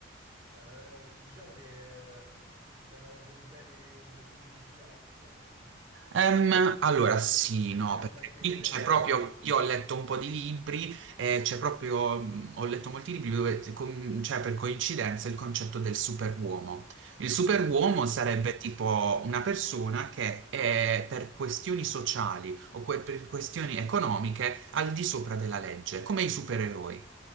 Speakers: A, on the right (about 35°); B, on the right (about 65°).
A: Eh, diciamo che eh, sei andato a vedere bene il, il significato, diciamo. <laughs>
B: Ehm,
A: Cioè, è
B: allora, sì, no,
A: una
B: perché
A: cosa che ti
B: qui
A: interessa
B: c'è proprio,
A: a te comunque.
B: io ho letto un po' di libri, eh, c'è proprio, mh, ho letto molti libri dove con- c'è per coincidenza il concetto del superuomo. Il superuomo sarebbe
A: Mm.
B: tipo una persona che è per questioni sociali o que- per questioni economiche al di sopra della legge, come i supereroi.